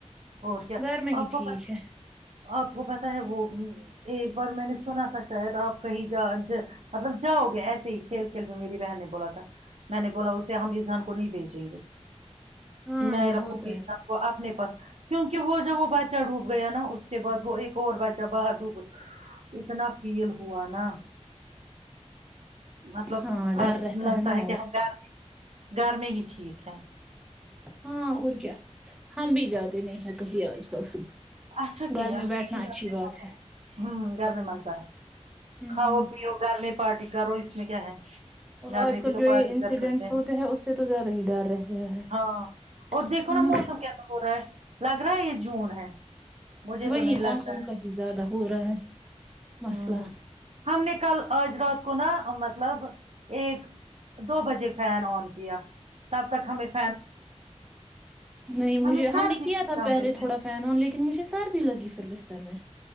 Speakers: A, on the right; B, in the centre.
A: اور کیا
B: گھر میں ہی
A: آپ کو
B: ٹھیک
A: پ
B: ہے
A: آپ کو پتہ ہے وہ ایک بار میں نے سنا تھا شاید آپ کہیں جا مطلب جاؤ گے ایسے ہی کھیل کھیل میں میری بہن نے بولا تھا میں نے بولا اسے ہم اس جان کو نہیں بھیجیں گے
B: ہاں
A: میں
B: یہ
A: رکھوں
B: ہوتا
A: گی
B: ہے
A: سب کو اپنے کیونکہ وہ جب وہ بچہ ڈوب گیا نا اس کے بعد وہ ایک اور بچہ باہر ڈوب اتنا فیل ہوا نا مطلب
B: ہاں ڈر
A: اب
B: رہتا
A: لگتا
B: نا
A: ہے
B: اور
A: کہ ہم گھر گھر میں ہی ٹھیک ہے
B: ہاں اور کیا ہم بھی جاتے نہیں ہیں کہیں آج کل
A: آسا کیایا
B: گھر میں بیٹھنا اچھی
A: جنے
B: بات
A: مزہ ہے ہ گھر میں مزہ ہے
B: ہوں
A: کھاؤ پیو گھر میں پارٹی کاو اس میں کیا ہے
B: اور
A: گھر
B: آج
A: میں
B: کل
A: بھی تو
B: جو یہ
A: پارٹی
B: انسیڈینٹس
A: کر سکتے
B: ہوتے ہیں اس سے تو زیادہ ہی ڈر رہ گیا ہے
A: ہاں اور دیکھو
B: نا
A: موسم کیسا ہو رہا ہے لگ رہا ہے یہ جون ہے مجھے
B: وہی
A: تو نہیں لگ
B: موسم کہیں زیادہ ہو رہا ہے مسئلہ
A: ہ ہم نے کل آج رات کو نہ مطلب ایک دو بجے فین آن کیا تب تک ہمیشہ
B: نہیں
A: ہمیں
B: مجھے
A: سردی
B: ہم نے کیا
A: تھی
B: تھا
A: کمرے
B: پہلے
A: میں
B: تھوڑا فین آن لیکن مجھے سردی لگی پھر بر چتر میں <inaudible>